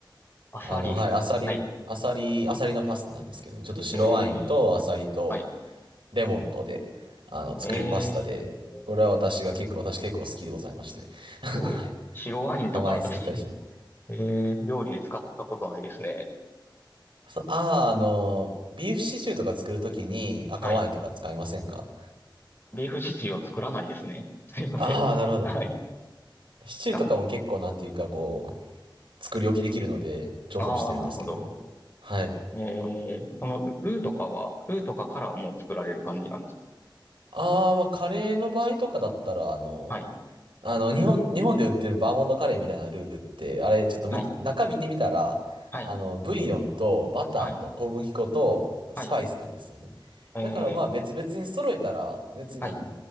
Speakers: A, on the left; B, on the right.
A: アサリ。
B: あの、はい、アサリ、
A: はい。
B: アサリ、アサリのパスタなんですけど、ちょっと白ワインとアサリと
A: えー、はい。
B: レモンとで、あの、作るパスタで、
A: えー、
B: これは私が結構、私結構好きでございまして、<laughs>
A: すごい。
B: はい。
A: 白ワインとか私、
B: たまに作ったりします。
A: <laughs> えー、料理で使ったことないですね。
B: <laughs> そああ、あのー、ビーフシチューとか作るときに赤ワインとか使いませんか
A: はい。ビーフシチューを作らないですね。すいません。
B: ああー、なるほど。
A: はい。
B: シチューとかも結構なんていうかこ
A: あ、
B: 作り置きできるので、重宝してるんですけども。
A: あー、なるほど。
B: はい。
A: えー、そのルーとかは、ルーとかからもう作られる感じなんです。
B: ああ、まあ、カレーの場合とかだったら、あの、
A: はい。
B: あの、日本、日本で売ってるバーモントカレーみたいなルーって、あれ、ちょっと見て、
A: はい。
B: 中見てみたら、
A: はい。
B: あの、ブイヨンとバターと小麦粉とスパイスなんですよね。
A: はい。はい。えー、
B: だからまあ別々に揃えたら、別にな
A: はい。